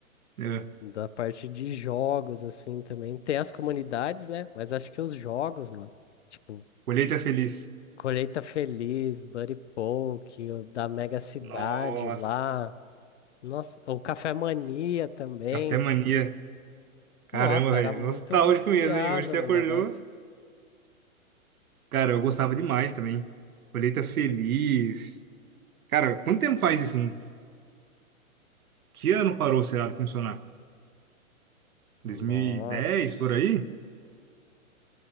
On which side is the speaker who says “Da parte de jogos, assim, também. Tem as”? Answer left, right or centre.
Left